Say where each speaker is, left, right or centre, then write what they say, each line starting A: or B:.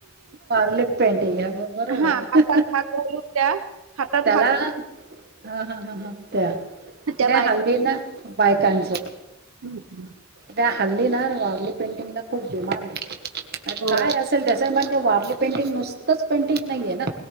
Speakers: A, on the right; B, on the right.
A: पारलिप पेंटिंग हं म बरोबरे
B: हा हातात हात घालून त्या हातात
A: त्याला
B: हात
A: ह ह ह ह त्या
B: त्या
A: आणि हा ल्दी ना, बायकांचं
B: हम्म - हं <inaudible>
A: त्या हल्ली नार वॉरली पेंटिंगला खूप डिमांड हे आणि
B: हो
A: काय असेल त्याचं पण वारली पेंटिंग नुसतच पेंटिंग नाहीये ना,